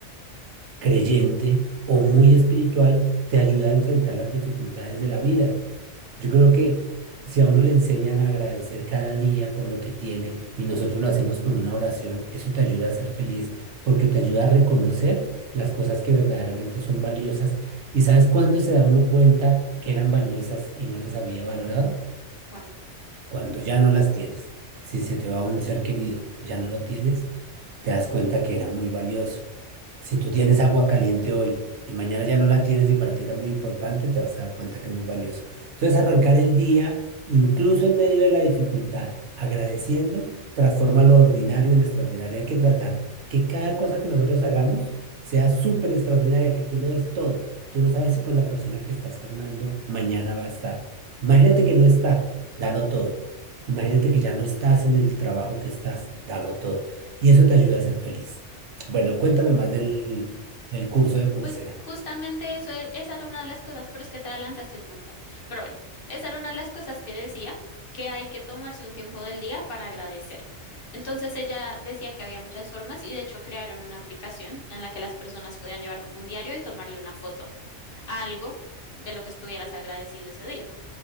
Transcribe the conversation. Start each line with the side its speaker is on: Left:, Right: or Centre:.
Right: creyente o muy espiritual, te ayuda a enfrentar las dificultades de la vida. Yo creo que si a uno le enseñan a agradecer cada día por lo que tiene y nosotros lo hacemos con una oración, eso te ayuda a ser feliz porque te ayuda a reconocer las cosas que verdaderamente son valiosas. ¿Y sabes cuándo se da uno cuenta que eran valiosas y no las había valorado?
Left: cuándo
Right: Cuando ya no las tienes, si se te va un ser querido, ya no lo tienes, te das cuenta que era muy valioso. Si tú tienes agua caliente hoy y mañana ya no la tienes y para ti era muy importante, te vas a dar cuenta que es muy valioso. Entonces, arrancar el día, incluso en medio de la dificultad, agradeciendo, transforma lo ordinario en extraordinario. Hay que tratar que cada cosa que nosotros hagamos sea súper extraordinaria, que tú lo des todo. Tú no sabes si con la persona que estás hablando mañana va a estar. Imagínate que no está. Dalo todo. Imagínate que ya no estás en el trabajo que estás, dalo todo. Y eso te ayuda a ser feliz. Bueno, cuéntame
Left: Ujú.
Right: más del, del curso de Coursera.
Left: Pues justamente eso, e- esa era una de las cosas, pero es que te adelantaste un montón. Pero bueno, esa era una de las cosas que decía, que hay que tomarse un tiempo del día para agradecer. Entonces ella decía que había muchas formas y de hecho crearon una aplicación en la que las personas podían llevar como un diario y tomarle una foto a algo de lo que estuvieras agradecido ese día.